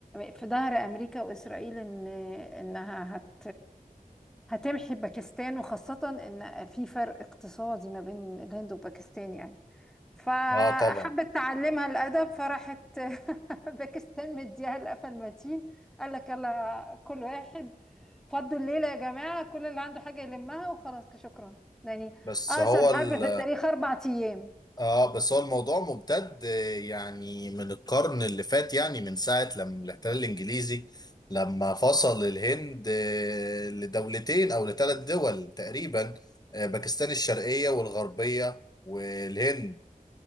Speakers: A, in the centre; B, on the left.
A: في ظهر امريكا واسرائيل ان انها هت هتمحي باكستان وخاصة ان في فرق اقتصادي ما بين الهند وباكستان يعني فحبت
B: اه طبعا
A: تعلمها الأدب فراحت <laughs> باكستان مديها القفا المتين قال لك يلا كل واحد فضوا الليلة يا جماعة كل اللي عنده حاجة يلمها وخلاص كده شكرا يعني
B: بس
A: أقصر
B: هو
A: حرب
B: ال
A: في التاريخ أربع أيام
B: اه بس هو الموضوع ممتد آه، يعني من القرن اللي فات يعني من ساعة لما الاحتلال الانجليزي لما فصل الهند آه، لدولتين او لثلاث دول تقريبا آه، باكستان الشرقية والغربية والهند